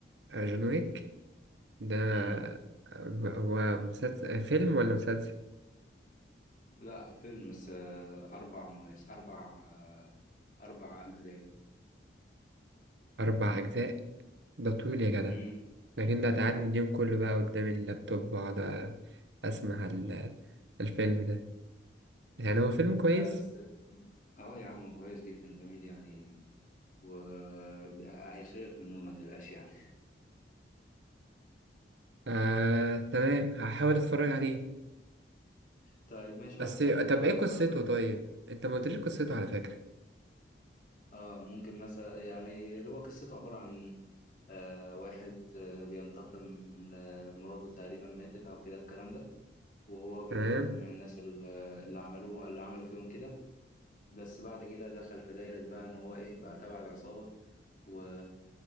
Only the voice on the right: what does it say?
آه، جون ويك ده
آه، هو مسلسل آه، فيلم ولا مسلسل
اربع اجزاء ده طويل يا جدع
لكن ده هتقعدني اليوم كله بقى قدام اللابتوب واقعد اسمع ال- الفيلم ده يعني هو فيلم كويس
آه، تمام هحاول اتفرج عليه
بس
طب ايه
قصته
طيب انت ما قلتليش قصته على فكرة
تمام